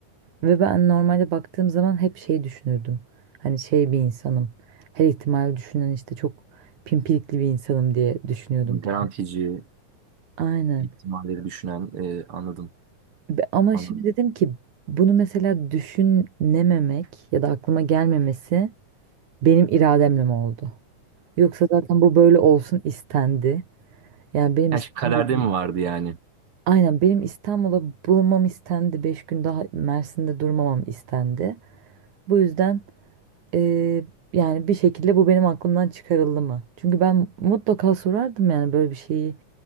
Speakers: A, on the right (about 65°); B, on the right (about 45°).
A: Ve ben normalde baktığım zaman hep şey düşünürdüm. Hani şey bir insanım. Her ihtimali düşünen işte çok pimpirikli bir insanım diye düşünüyordum kendim.
B: Garantici
A: Aynen.
B: ihtimalleri düşünen e, anladım.
A: Be- Ama
B: Anladım.
A: şimdi dedim ki bunu mesela düşünememek ya da aklıma gelmemesi benim irademle mi oldu? Yoksa zaten bu böyle olsun istendi. Yani benim
B: Yani
A: İstanbul'da
B: şey, kaderde mi vardı yani?
A: Aynen benim İstanbul'a bulunmam istendi. Beş gün daha Mersin'de durmamam istendi. Bu yüzden Ee, yani bir şekilde bu benim aklımdan çıkarıldı mı? Çünkü ben mutlaka sorardım yani böyle bir şeyi